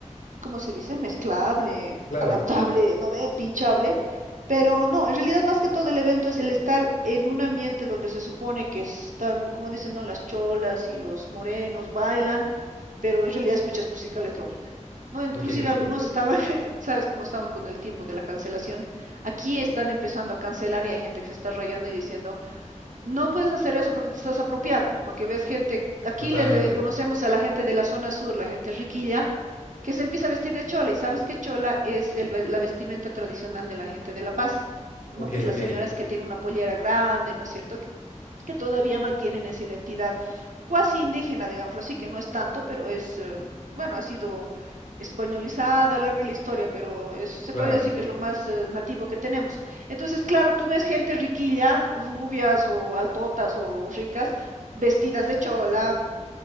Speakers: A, on the right; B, on the left.
A: ¿cómo se dice? Mezclable,
B: Claro,
A: adaptable, no ve, pinchable. Pero no, en realidad más que todo el evento es el estar en un ambiente donde se supone que están, como dicen, no, las cholas y los morenos bailan, pero en realidad escuchas música electrónica. No, inclusive
B: ok, ok,
A: algunos estaban, <laughs> sabes cómo estamos con el tiempo de la cancelación. Aquí están empezando a cancelar y hay gente que se está rayando y diciendo, no puedes hacer eso porque te estás apropiando, porque ves gente, aquí
B: totalmente.
A: le conocemos a la gente de la zona sur, la gente riquilla, que se empieza a vestir de chola. Y sabes que chola es el la vestimenta tradicional de la gente de La Paz, ¿no?
B: Ok,
A: Que es las
B: ok,
A: señoras que tienen una pollera grande, ¿no es cierto? Que que todavía mantienen esa identidad cuasi indígena, digámoslo así, que no es tanto, pero es, eh, bueno, ha sido españolizada, larga la historia, pero es, se
B: claro.
A: podría decir que es lo más eh, nativo que tenemos. Entonces, claro, tú ves gente riquilla, rubias o altotas o ricas, vestidas de chola,